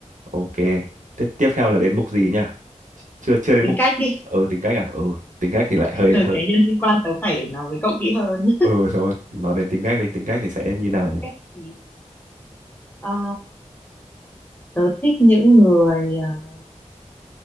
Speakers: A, on the right; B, on the left.
A: Ok, tiếp tiếp theo là đến mục gì nha? Chưa chưa đến
B: tính
A: mục
B: cách đi
A: ừ tính cách à? Ừ, tính cách thì lại
B: <laughs>
A: hơi hơi.
B: cái nhân sinh quan tớ phải nói với cậu kỹ hơn
A: Ừ thôi, nói đến tính cách đi, tính cách thì sẽ như
B: <laughs>
A: nào
B: tính
A: nhỉ?
B: cách thì ờ, tớ thích những người ờ,